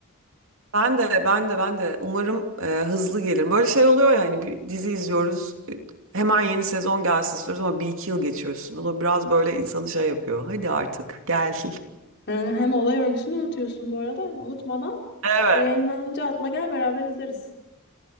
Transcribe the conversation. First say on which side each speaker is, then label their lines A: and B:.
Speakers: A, on the right (about 65°); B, on the left (about 55°).
A: Ben de ben de ben de umarım e, hızlı gelir. Böyle şey oluyor ya hani bir dizi izliyoruz. e, Hemen yeni sezon gelsin istiyoruz ama bir iki yıl geçiyor üstünden. O biraz böyle insanı şey yapıyor. Hadi artık gel. <laughs>
B: Ee, hem olay örgüsünü unutuyorsun bu arada. Hani unutmadan
A: Evet.
B: yayınlanınca atla gel beraber izleriz.